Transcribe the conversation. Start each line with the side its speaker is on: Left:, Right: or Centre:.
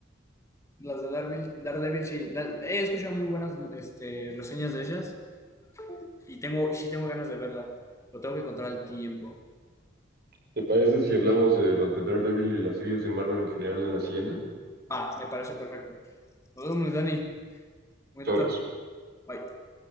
Left: Las de Daredevil, Daredevil sí. La- he escuchado muy buenas este, reseñas de ellas y tengo, sí tengo ganas de verla, pero tengo que encontrar el tiempo.
Right: ¿Te parece si hablamos de las de Daredevil y las series de Marvel en general en la siguiente?
Left: Va, me parece perfecto. Nos vemos, Dani. Muy
Right: Sobres.
Left: tarde. Bye.